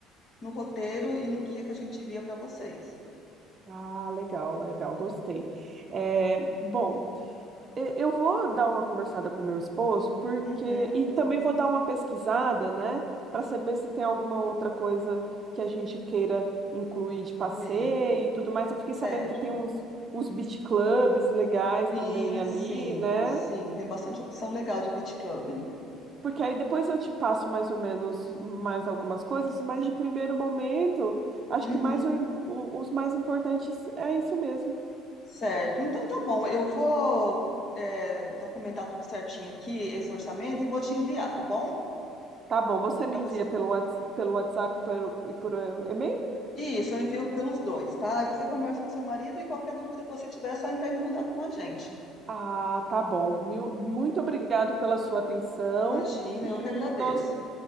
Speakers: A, on the left; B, on the right.
A: no roteiro e no guia que a gente envia para vocês.
B: Ah, legal, legal, gostei. É, bom. E- Eu vou dar uma conversada com meu esposo, porque.
A: Uhum,
B: E também vou dar uma pesquisada, né? Para saber se tem alguma outra coisa que a gente queira incluir de passeio
A: fui,
B: e tudo mais. Eu fiquei
A: certo.
B: sabendo que tem uns, uns beach clubs legais
A: Sim,
B: também ali,
A: sim,
B: né?
A: sim, tem bastante opção legal de beach club.
B: Porque aí depois eu te passo mais ou menos mais algumas coisas, mas de primeiro momento, acho
A: Uhum,
B: que mais o im- o- os mais importantes é isso mesmo.
A: certo. Então tá bom, eu vou é, documentar tudo certinho aqui, esse orçamento, e vou te enviar, tá bom?
B: Tá bom, você
A: Para
B: me envia
A: você.
B: pelo, Whats- pelo WhatsApp pelo- e por e-mail?
A: Isso, eu envio pelos dois, tá? Aí você conversa com seu marido e qualquer dúvida que você tiver, é só entrar em contato com a gente.
B: Ah, tá bom. Mil- Muito obrigado pela sua atenção
A: Imagina,
B: e
A: eu que agradeço.
B: nós,